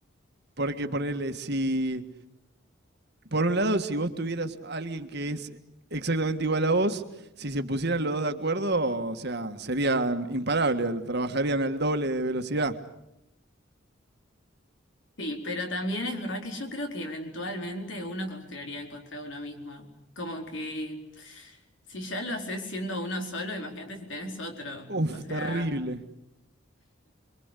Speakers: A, on the right; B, on the left.
A: Porque ponerle, si. Por un lado, si vos tuvieras a alguien que es exactamente igual a vos, si se pusieran los dos de acuerdo, o sea, serían imparables, trabajarían al doble de velocidad.
B: Sí, pero también es verdad que yo creo que eventualmente uno conspiraría en contra de uno mismo. Como que si ya lo haces siendo uno solo, imagínate si tenés otro.
A: Uf,
B: O sea,
A: terrible.